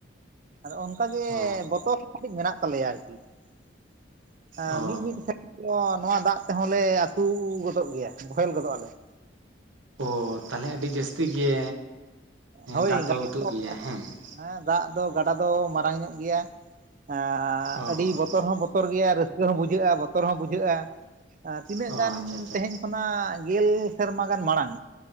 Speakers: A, on the right; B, on the right.
A: ᱟᱫᱚ ᱚᱱᱠᱟᱜᱮ
B: ᱚ
A: ᱵᱚᱛᱚᱨ ᱠᱟᱴᱤᱡ ᱢᱮᱱᱟᱜ ᱛᱟᱞᱮᱭᱟ ᱟᱨᱠᱤ ᱾ ᱮᱸ
B: ᱚ
A: ᱢᱤᱫ ᱢᱤᱫ ᱥᱮᱫ ᱫᱚ ᱱᱚᱣᱟ ᱫᱟᱜ ᱛᱮᱦᱚᱸ ᱞᱮ ᱟᱹᱛᱩ ᱜᱚᱫᱚᱜ ᱜᱮᱭᱟ, ᱵᱳᱚᱦᱮᱞ ᱜᱚᱫᱚᱜ ᱟᱞᱮ ᱾
B: ᱚ ᱛᱟᱞᱦᱮ ᱟᱹᱰᱤ ᱡᱟᱹᱥᱛᱤ ᱜᱮ
A: ᱦᱳᱭ
B: ᱫᱟᱜ ᱫᱚ
A: ᱜᱟᱰᱟ
B: ᱟᱹᱛᱩᱜ ᱜᱮᱭᱟ ᱦᱮᱸ ᱾
A: ᱦᱮᱸ ᱫᱟᱜ ᱫᱚ ᱜᱟᱰᱟ ᱫᱚ ᱢᱟᱨᱟᱝ ᱧᱚᱜ ᱜᱮᱭᱟ ᱮ
B: ᱚ
A: ᱟᱹᱰᱤ ᱵᱚᱛᱚᱨ ᱦᱚᱸ ᱵᱚ ᱛᱚᱨ ᱜᱮᱭᱟ ᱨᱟᱹᱥᱠᱟᱹ ᱦᱚᱸ ᱵᱩᱡᱷᱟᱹᱜᱼᱟ, ᱵᱚᱛᱚᱨ ᱦᱚᱸ ᱵᱩᱡᱷᱟᱹᱜᱼᱟ ᱛᱤᱱᱟᱹᱜ
B: ᱚ
A: ᱜᱟᱱ
B: ᱟᱪᱪᱷᱟ ᱟᱪᱪᱷᱟ
A: ᱛᱮᱦᱮᱧ ᱠᱷᱚᱱᱟᱜ ᱜᱮᱞ ᱥᱮᱨᱢᱟ ᱜᱟᱱ ᱢᱟᱲᱟᱝ